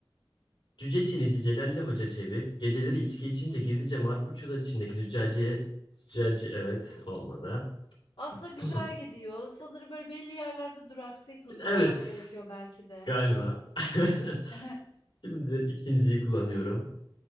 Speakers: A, on the left; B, on the left.
A: Cüce Çinici Celalli Hoca Çebi geceleri içki içince gizlice marpuçular içindeki züccaciye züccaci evet olmadı.
B: Aslında güzel
A: <clears throat>
B: gidiyor. Sanırım böyle belli yerlerde duraksayıp hızlanmak
A: Evet
B: gerekiyor belki de.
A: galiba. <laughs>
B: <laughs>
A: Şimdi ikinciyi kullanıyorum.